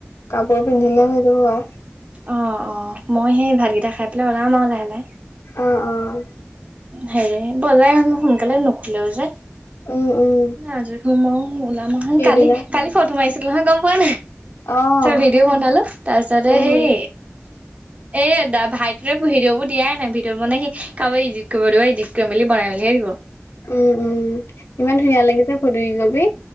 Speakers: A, on the left; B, on the right.
A: কাপোৰ পিন্ধিলে হৈ যাব বাৰু।
B: অ' অ' মই হেই ভাতগিতা খাই পেলাই ওলাম আৰু লাহে লাহে।
A: অ' অ'।
B: হেৰি বজাৰ ইমান সোনকালে নুখোলেও যে
A: উম, উম,
B: আজৰি ওলাম আও।
A: সেইদিনা
B: কালি কালি ফটো মাৰিছিলো নহয় গম পোৱা নাই।
A: অ',
B: ভিডিঅ' বনালো তাৰ পিছতে
A: উম,
B: হেৰি এ দা ভাইটিৱে ভিদিওবোৰ দিয়াই নাই ভিদাও মানে হি কাৰবাক ইডিয়ট কৰিব দিব। ইডিট কৰি বনাই মেলিহে দিব।
A: উম উম, ইমান ধুনীয়া লাগিছে ফোট দুই কপি।